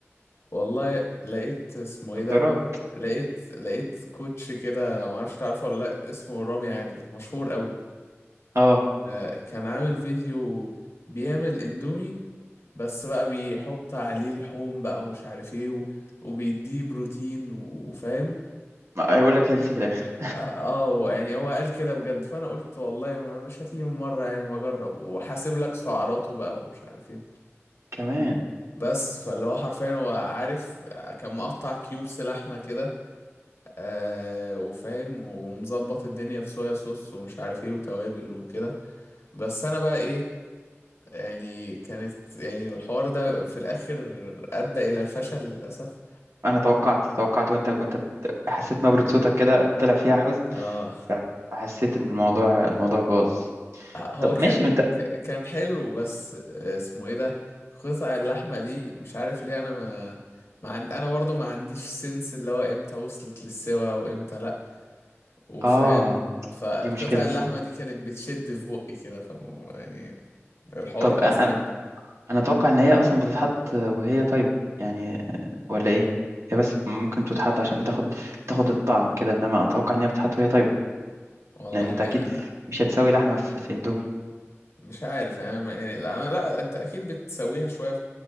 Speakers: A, on the left; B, on the right.
A: والله لقيت اسمه ايه
B: مخدرات
A: ده لقيت لقيت كوتش كده ما اعرفش تعرفه ولا لا اسمه رامي عادل مشهور قوي
B: اه
A: كان عامل فيديو بيعمل اندومي بس بقى بيحط عليه لحوم بقى ومش عارف ايه و... وبيديه بروتين وفاهم
B: ما هيقول لك هيلثي في الاخر
A: اه آه، يعني هو قال كده بجد فانا قلت والله ما مش هتيجي من مره يعني ما اجرب وحاسب لك سعراته بقى ومش عارف ايه
B: كمان
A: بس فاللي هو حرفيا هو عارف آه، كان مقطع كيوبس لحمه كده آه وفاهم ومظبط الدنيا بصويا صوص ومش عارف ايه وتوابل وكده بس انا بقى ايه يعني كانت يعني الحوار ده في الاخر ادى الى الفشل للاسف
B: انا توقعت توقعت وانت وانت بت- حسيت نبرة صوتك كده طلع فيها حزن
A: اه
B: ف- فحسيت ان الموضوع الموضوع باظ
A: هو
B: طب
A: كان
B: ماشي ما انت
A: ك- كان حلو بس آه، اسمه ايه ده قطع اللحمة دي مش عارف ليه انا ما ما عند... انا برضو ما عنديش سنس اللي هو امتى وصلت للسوا وامتى لا وفاهم
B: اه
A: فقطع
B: دي مشكلة
A: اللحمة دي كانت بتشد في بقي كده ف يعني الحوار
B: طب أ-
A: باظ
B: انا
A: مني
B: انا اتوقع ان هي اصلا بتتحط وهي طيبة يعني ولا ايه هي بس ممكن تتحط عشان بتاخد بتاخد الطعم كده انما اتوقع ان هي بتتحط وهي طيبة
A: والله
B: لان
A: يعني
B: انت اكيد مش هتسوي لحمة في في اندومي
A: مش عارف انا يعني لا انا لا انت اكيد بتسويها شوية